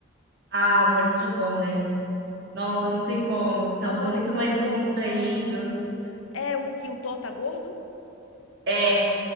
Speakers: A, on the right; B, on the left.
A: Ah, Amor e Trovão, né? Nossa, não tem como. Tava
B: Amor,
A: muito
B: e
A: mais descontraído.
B: Trovão. É um que o Thor tá gordo?
A: É,